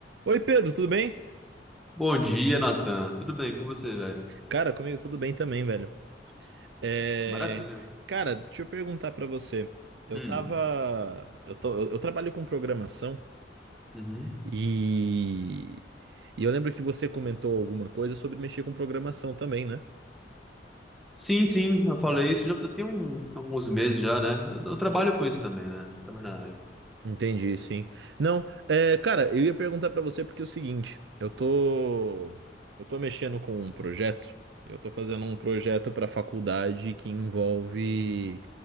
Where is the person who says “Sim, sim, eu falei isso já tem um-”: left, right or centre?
Centre